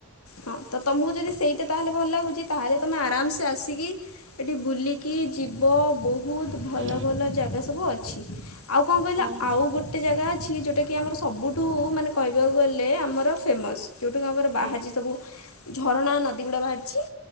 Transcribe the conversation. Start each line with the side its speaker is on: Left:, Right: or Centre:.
Left: ହଁ ତ ତମକୁ ଯଦି ସେଇତା ତାହେଲେ ଭଲ ଲାଗୁଛି ତାହେଲେ ତମେ ଆରାମସେ ଆସିକି ଏଠି ବୁଲିକି ଯିବ ବ ବହୁତ ଭଲ
Right: ହଁ
Left: ଭଲ ଜାଗା ସବୁ ଅଛି ଆଉ କଣ କହିଲା
Right: ଓହୋ
Left: ଆଉ ଗୋଟେ ଗୋଟେ ଜାଗା ଅଛି ଯୋଉଟା କିି ଆମର ସବୁଠୁ ମାନେ କହିବାକୁ ଗଲେ ଆମର ଫେମସ ଯୋଉଠୁ ବାହାରିଛି
Right: ହୁଁ
Left: ସବୁ ଝରଣା ନଦୀ ଗୁଡ଼ା ବାହାରିଛି